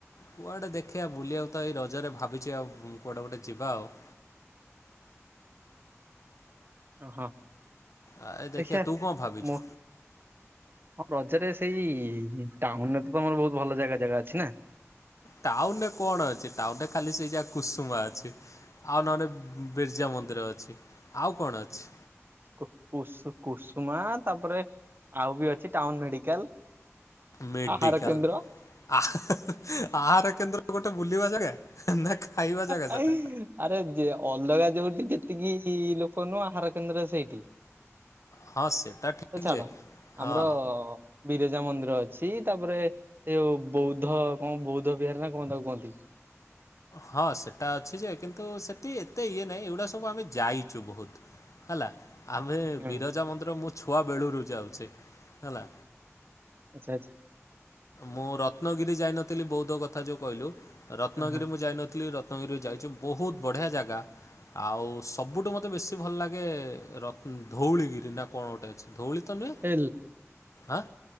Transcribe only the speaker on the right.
ଆଉ ହଁ
ଦେଖିଆ
ମୋ ହଁ ରଜରେ ସେଇ ଟାଉନରେ ତମର ବହୁତ ଭଲ ଜାଗା ଜାଗା ଅଛି ନା
କୁସୁ କୁସୁମା ତାପରେ ଆଉ ବି ଅଛି ଟାଉନ ମେଡିକାଲ।
ଆହାର କେନ୍ଦ୍ର।
<unintelligible>
ଅଲଗା ଯୋଉଠି ଯେତିକି ଲୋକ ନୁହଁ ଆହାର କେନ୍ଦ୍ର ସେଇଠି ସେ
ଛାଡ଼
ଆମର ବିରଜା ମନ୍ଦିର ଅଛି ତାପରେ ସେ ଯଉ ବୌଦ୍ଧ କଣ ବୌଦ୍ଧ ବିହାର ନା କଣ ତାକୁ କହନ୍ତି।
ହୁଁ।
ଆଛା ଆଛା।
ହଁ ହଁ
ଏ